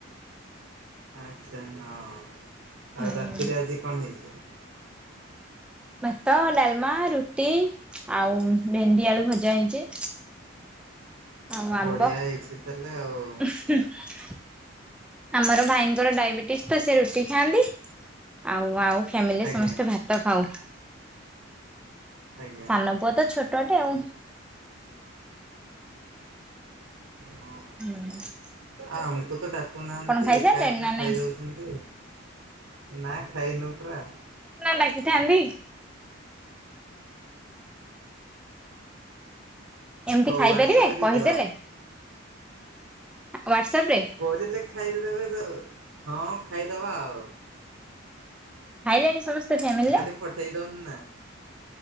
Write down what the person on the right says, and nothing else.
ଆଚ୍ଛା ହଁ
ଆଉ ରାତିରେ ଆଜି କଣ ହେଇଛି।
ବଢିଆ ହେଇଛି ତାହେଲେ ଆଉ।
ଆଜ୍ଞା
ଆଜ୍ଞା
ହଁ।
ଆ ଆମକୁ ତଡାକୁ ଦଉ ନାହାନ୍ତି
ଏକା ଏକା
ଖାଇ
ଦେଉଛନ୍ତି ନା ଖାଇନୁ ପରା
ହ୍ୱାଟସପରେ
ବି
ଖାଇଦବା
କରିଲେ ଖାଇବା କୁ ଦେବେ ତ ହଁ ଖାଇଦବା ଆଉ।
ଖାଲି ପଠେଇ ଦଉନି ନା